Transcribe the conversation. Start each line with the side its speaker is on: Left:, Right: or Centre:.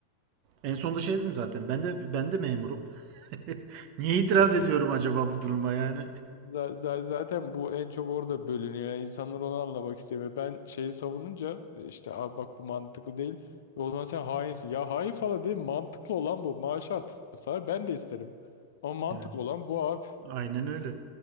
Right: En sonunda şey dedim zaten. Ben de ben de memurum. <laughs> Niye itiraz
Left: <laughs>
Right: ediyorum acaba bu duruma yani?
Left: Z- z- zaten bu en çok orada bölünüyor. Yani insanlar onu anlamak istemiyor. Ben şeyi savununca e, işte abi bak bu mantıklı değil. E O zaman sen hainsin. Ya hain falan değil mantıklı olan bu. Maaşı artırsalar ben de isterim. Ama mantıklı
Right: Ya
Left: olan bu abi.
Right: Aynen öyle.